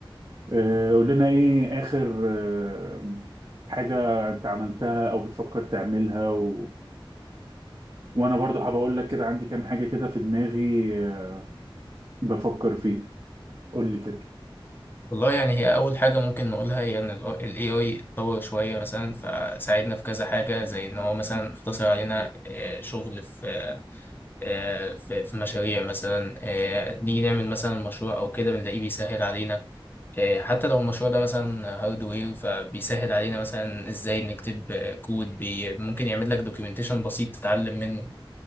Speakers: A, on the right; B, on the left.
A: آه، قول لنا ايه اخر آه، حاجة انت عملتها او بتفكر تعملها و... وانا برضو حابب اقول لك كده عندي كام حاجة كده في دماغي آه، بفكر فيه قول لي كده
B: والله يعني هي اول حاجه ممكن نقولها هي ان ال AI اتطور شويه مثلا فساعدنا في كذا حاجه زي ان هو مثلا اختصر علينا آه، شغل في آه، في في مشاريع مثلا آه، نيجي نعمل مثلا مشروع او كده بنلاقيه بيسهل علينا آه، حتى لو المشروع ده مثلا هاردوير فبيسهل علينا مثلا ازاي نكتب آه، كود بي ممكن يعمل لك دوكيومنتيشن بسيط تتعلم منه